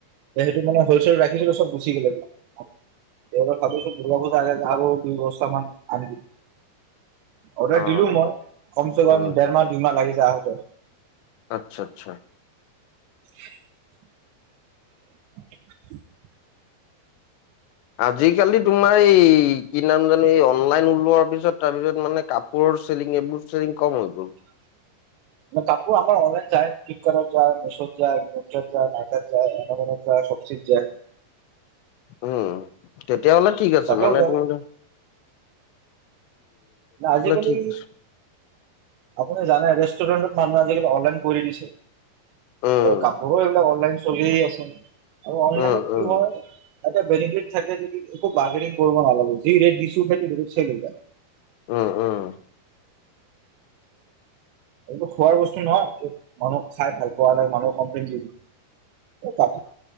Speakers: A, on the right; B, on the left.
A: সে সেইটো মানে হলচেল ৰাখিছিলো চব গুচি গ'ল এইবিলাক। এইবাৰ ভাবিছো দূৰ্গাপুজা আগে আগে আৰু দুই বস্তা মান আনি দিম। অৰ্ডাৰ
B: অ
A: দিলো মই।
B: অ
A: কম চেকম
B: উম
A: দেৰ মাহ দুই মাহ লাগি যায় আহোঁতে।
B: আচ্ছা আচ্ছা।
A: উ <unintelligible> <inaudible>
B: আজিকালি তোমাৰ এই কি নাম জানো, এই অনলাইন ওলোৱাৰ পিছত তাৰ পিছত মানে কাপোৰ তোৰ চেলিং মোৰ চেলিং কম হৈগল।
A: <inaudible> ম কাপোৰ আাৰ অনলাইন যায়, ফ্লিপকাৰ্টৰ যায়, মেছত যায়, <unintelligible> যায়, মাৰ্কেট যায় এমৰনত যায় সব যায়। চঠিক <unintelligible> যায়।
B: উম তেতিয়াহলে ঠিক আছে
A: তাতেও
B: মানে
A: যাওঁ
B: ধৰি লোৱা
A: আজিকালি
B: ঠিক আছে।
A: আপুনি জানে যষ্ট ৰেষ্টুৰেণ্টত মানুহ আজিকাল অনলাইন কৰি দিছে
B: উম,
A: কাপোৰো এইবিলাক অনলাইন চলিইয়ে আছে আৰু অনলাইনত
B: উম,
A: কি
B: উম,
A: হয় এটা বেনিফিট থাকে নেকি। বাৰগেধিং কৰিব নালাগে যি ৰেট দিছো সেইটো <unintelligible> লৈ যাহ।
B: উম উম।
A: এইটো খোৱাৰ বস্তু নহয়, মানুহক চাই ভাল পোৱা নাই মানুহক কমপ্লেইন দিবি। তাকে